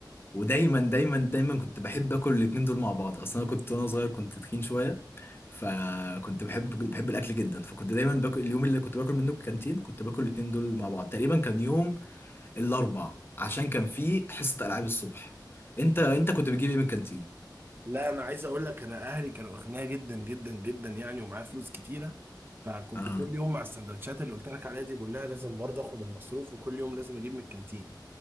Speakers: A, on the left; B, on the right.
A: ودايما دايما دايما كنت بحب اكل الاتنين دول مع بعض اصلا انا كنت وانا صغير كنت تخين شويه فكنت بحب بحب الاكل جدا فكنت دايما باكل اليوم اللي كنت باكل منه الكانتين كنت باكل الاتنين دول مع بعض تقريبا كان يوم الاربع عشان كان فيه حصه العاب الصبح انت انت كنت بتجيب ايه من الكانتين
B: لا انا عايز اقول لك انا اهلي كانوا اغنياء جدا جدا جدا يعني ومعايا فلوس كتيره فكنت
A: اه
B: كل يوم مع السندوتشات اللي قلت لك عليها دي بقول لها لازم برضه اخد المصروف وكل يوم لازم اجيب من الكانتين